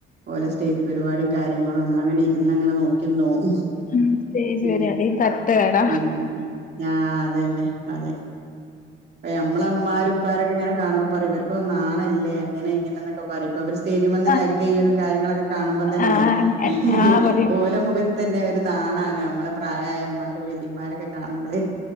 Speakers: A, on the right; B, on the left.
A: ഓലെ സ്റ്റേജ് പരിപാടിയും കാര്യങ്ങളും നമ്മളങ്ങനെ ഇരുന്നങ്ങനെ നോക്കിന്നോവും.
B: ഉം സ്റ്റേജ്
A: ഹ്മ്മ്,
B: പരിപാടി തട്ടുകട
A: ഹ്മ്മ് ആഹ് അതന്നെ അതെ അപ്പ ഞമ്മളെ ഇമ്മാരുപ്പാരൊക്കെങ്ങനെ കാണുമ്പോ പറിം ഇവര് ഇപ്പൊ നാണല്ലേ അങ്ങനെ ഇങ്ങനെന്നൊക്കെ പറയിമ്പോ ഇവര് സ്റ്റേജുമെന്നേ
B: ആഹ്
A: ഹഗയ്യലും കാര്യങ്ങളൊക്കെ കാണുമ്പം തന്നെ
B: ആഹ്
A: <inaudible>
B: ആഹ് പറയൂ
A: ഓലെ മുഖ അതന്നെ ഒരു നാണാണ് നമ്മളെ പ്രായായമ്മാര് മ്മാര് വല്ലിമ്മാരോക്കെ കാണുമ്പോഴേ